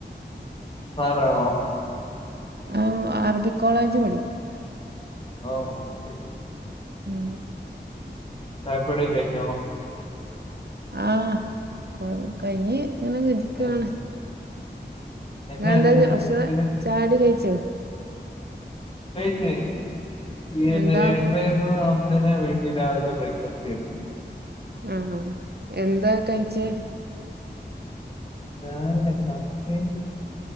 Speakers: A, on the left; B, on the right.
A: പറണോ
B: ആ അറബി കോളേജ് പഠിപ്പിക്ക
A: ഓ ശെരി
B: ഉം
A: തറപ്പണിക്കെ കഴിഞ്ഞോ
B: ആഹ കൊ കയ്ഞ്ഞ് അങ്ങനെ നിൽക്കാണ്ന്ന്
A: എ- എന്നാ
B: ഇങ്ങളെന്താ
A: ഉണ്ട്
B: ചെ
A: അവിടെ
B: <unintelligible>
A: സ്പെഷ്യല്
B: ചായുടി കഴിച്ചോ
A: കഴിച്ച് കഴിച്ച് ഈ <unintelligible>
B: എന്താ ഫു-
A: വി ഇ രാവിലത്തെ ബ്രേക്ക്ഫാസ്റ്റ് <unintelligible>
B: ആ എന്താ കഴിച്ചേ
A: രാവിലെ കപ്പിം